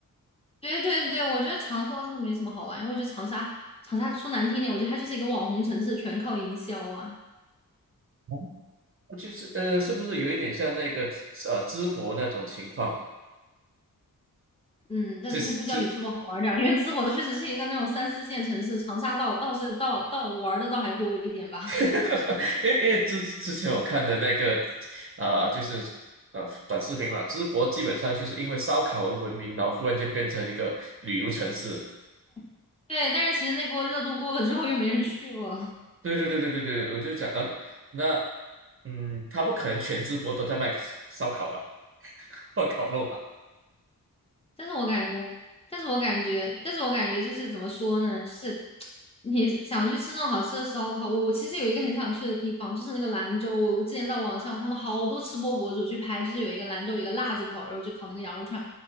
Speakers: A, on the left; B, on the right.
A: 对对对对，我觉得长沙真的没什么好玩，因为我觉得长沙长沙说难听点，我觉得它就是一个网红城市，全靠营销啊。
B: <laughs> 就是呃，是不是有一点像那个呃淄博那种情况？
A: 嗯，但是那估计要比淄博好玩儿点儿，
B: 这这，
A: 因为淄博确实是一个那种三四线城市，长沙倒倒是倒倒玩儿的倒还多一点吧。
B: <laughs> 因为因为之之前我看的那个啊、呃就是呃短视频嘛，淄博基本上就是因为烧烤而闻名，然后忽然间变成一个旅游城市，
A: <laughs> 对，但是其实那波热度过了之后，又没人去了。
B: 对对对对对对，我就讲，嗯，那嗯，他不可能全直播都在卖烧烤吧，或烤肉吧？
A: 但是我感觉，但是我感觉，但是我感觉就是怎么说呢？就是你想去吃那种好吃的烧烤，我我其实有一个很想去的地方，就是那个兰州。我我之前在网上看到好多吃播博主去拍，就是有一个兰州有一个辣子烤肉，就烤那个羊肉串，